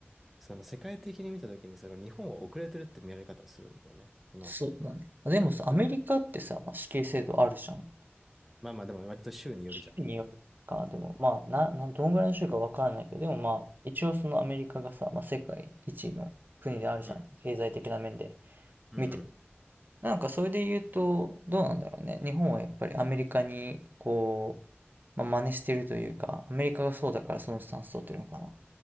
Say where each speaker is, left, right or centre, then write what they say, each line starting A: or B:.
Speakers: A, in the centre; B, on the right.
A: その、世界的に見たときに、その、日本は遅れてるって見られ方をするんだよね。その、
B: そうだね。でもさ、アメリカってさ、
A: うん
B: まあ、死刑制度あるじゃん。
A: まあまあ、でも割と州によるじゃん。
B: 州によるか、でもまあ、な、な、どんぐらいの州かわからないけど、でもまあ、一応そのアメリカがさ、まあ、世界一位の国であるじゃん、
A: うん。
B: 経済的な面で
A: うんうん。
B: 見ても。なんかそれで言うと、どうなんだろうね。日本はやっぱりアメリカに、こう、まあ、真似してるというか、アメリカがそうだからそのスタンス取ってるのかな。